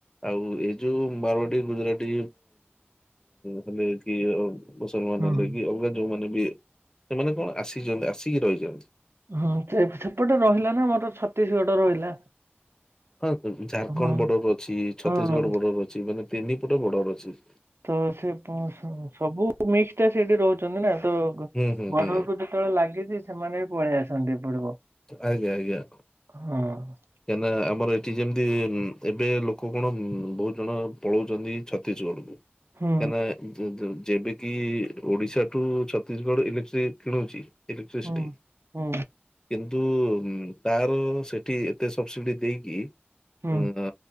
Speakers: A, on the left; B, on the right.
A: ଆଉ ଏଉ ଯୋଉ ବାରବାଟୀ ଗୁଜୁରାଟି ହେଲେ କି ମୁସଲମାନ
B: ହୁଁ
A: ହେଲେ କି ଅଲଗା ଯୋଉମାନେ ବି ସେମାନେ କଣ ଆସିଛନ୍ତି। ଆସିକି ରହିଛନ୍ତି।
B: ହଁ ସେପଟେ ରହିଲା ନା ମୋର ଛତିସିଗଡ ରହିଲା।
A: ହଁ ଝାାରଖଣ୍ଡ
B: ହଁ
A: ବର୍ଡର ଅଛି ଛତିସିଗଡ
B: ହଁ
A: ବର୍ଡର ଅଛି ମାନେ ତିନିପଟେ ବର୍ଡର ଅଛି।
B: ତ ସେ ସବୁ ମିକ୍ସ ଟା ସେଇଠି ରହୁଛନ୍ତି ନା। ତ
A: ହୁଁ ହୁଁ
B: ବଢରକୁ
A: ହୁଁ
B: ଯେତେବେଳେ ଲାଗିଛି ସେମାନେ ବି ପଳେଇ ଆସନ୍ତି ଏପଟକୁ।
A: ଆଜ୍ଞା ଆଜ୍ଞା।
B: ହଁ।
A: କାହିଁକିନା ଆମର ଏଠି ଯେମିତି ଏବେ ଲୋକ କଣ ବହୁତ ଜଣ ପଳଉଛନ୍ତି ଛତିସିଗଡ କୁ।
B: ହୁଁ
A: କାନା ଯେବେ କିି ଓଡିଶାଠୁ ଛତିସିଗଡ ଇଲେକ୍ଟ୍ରିକ କିଣୁଛି? ଇଲେକ୍ଟ୍ରିସିଟି
B: ହୁଁ ହୁଁ
A: କିନ୍ତୁ ତାର ସେଠି ଏତେ ସବସିଡି ଦେଇକି
B: ହୁଁ
A: ଉଦ